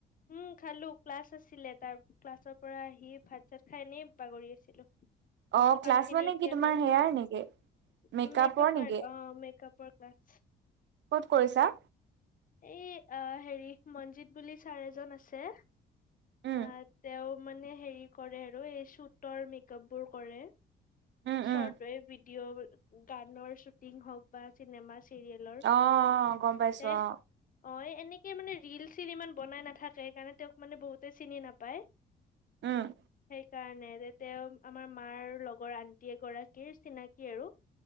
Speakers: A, on the left; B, on the right.
A: উম, খালোঁ। ক্লাছ আছিলে, তাৰ ক্লাছৰ পৰা আহি ভাত-চাত খাই এনেই বাগৰি আছিলোঁ। মই
B: অ
A: বোলোঁ
B: ক্লাছ
A: কামখিনি
B: মানে
A: এতিয়া
B: কি তোমাৰ
A: কৰোঁ।
B: হেয়াৰ নেকি মেকআপৰ
A: মেক‌আপ
B: নেকি
A: আৰ্ট অ', মেকআপ পৰ ক্লাছ।
B: ক'ত কৰিছা?
A: এই আহ হেৰি, মনজিত বুলি ছাৰ এজন আছে।
B: উম
A: অ', তেওঁ মানে হেৰি কৰে আৰু এই শ্বুটৰ মেকআপবোৰ কৰে।
B: উম
A: চৰ্ট
B: উম
A: ভিডিঅ, গানৰ শ্বুটিং হওঁক বা চিনেমা চিৰিয়েলৰ।
B: অ গম পাইছো
A: এ
B: অ
A: অ', এনেকে মানে ৰিল-চিল ইমান বনাই নাথাকে সেইকাৰণে তেওঁক মানে বহুতে চিনি নাপায়।
B: উম।
A: সেইকাৰণে যে তেওঁ আমাৰ মাৰ লগৰ আন্টি এগৰাকীৰ চিনাকি আৰু।